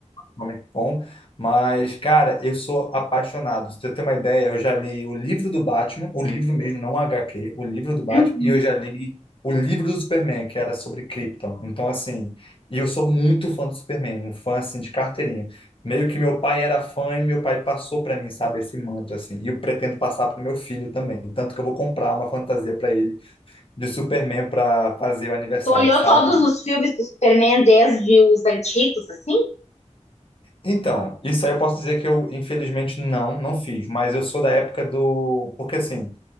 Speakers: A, on the left (about 45°); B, on the left (about 60°).
A: Comic Con, mas, cara, eu sou apaixonado. Se eu ter uma ideia, eu já li o livro do Batman, o livro mesmo, não o HQ, o livro do Batman,
B: uhum.
A: e eu já li o livro do Superman, que era sobre Krypton. Então, assim, e eu sou muito fã do Superman, um fã, assim, de carteirinha. Meio que meu pai era fã e meu pai passou para mim, sabe, esse manto, assim. E eu pretendo passar para o meu filho também. Tanto que eu vou comprar uma fantasia para ele de Superman para fazer o aniversário,
B: Tu olhou
A: sabe?
B: todos os filmes do Superman desde os antigos, assim?
A: Então, isso aí eu posso dizer que eu, infelizmente, não, não fiz, mas eu sou da época do. Porque assim,